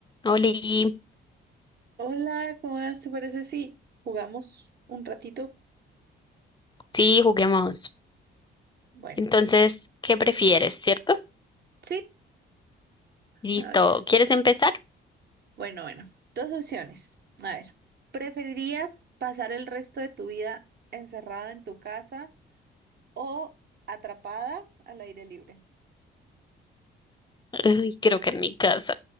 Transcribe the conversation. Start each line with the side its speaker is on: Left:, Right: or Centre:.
Left: Oli,
Right: Hola, ¿cómo vas? ¿Te parece si jugamos un ratito?
Left: sí, juguemos.
Right: Bueno,
Left: Entonces, ¿qué prefieres, cierto?
Right: sí,
Left: Listo,
Right: a ver.
Left: ¿quieres empezar?
Right: Bueno, bueno, dos opciones. A ver, ¿preferirías pasar el resto de tu vida encerrada en tu casa o atrapada al aire libre?
Left: Ay, creo que en mi casa.